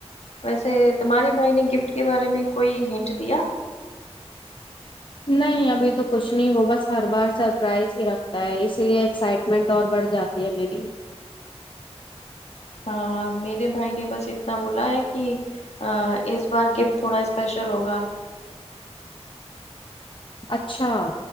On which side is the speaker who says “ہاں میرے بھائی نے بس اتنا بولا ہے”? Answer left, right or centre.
Left